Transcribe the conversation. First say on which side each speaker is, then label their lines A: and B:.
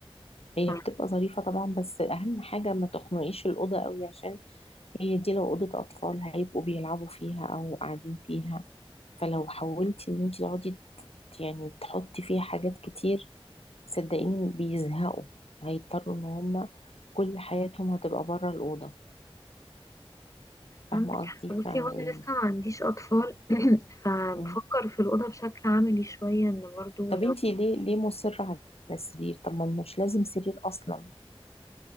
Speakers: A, on the left (about 80°); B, on the left (about 30°).
A: هي
B: ف...
A: بتبقى ظريفة طبعا بس أهم حاجة ما تخنقيش الأوضة قوي عشان هي دي لو أوضة أطفال هيبقوا بيلعبوا فيها أو قاعدين فيها فلو حاولتي إن انتي تقعدي ت- يعني تحطي فيها حاجات كتير صدقيني بيزهقوا هيضطروا إن هما كل حياتهم هتبقى بره الأوضة فاهمة
B: عندك
A: قصدي
B: حق. بصي
A: فيعني
B: هو انا لسه ما عنديش اطفال <clears throat> فبفكر
A: مم.
B: في الاوضه بشكل عملي شويه ان برضو
A: طب
B: لو
A: انتي ليه ليه مصرة على السرير طب ما مش لازم سرير أصلا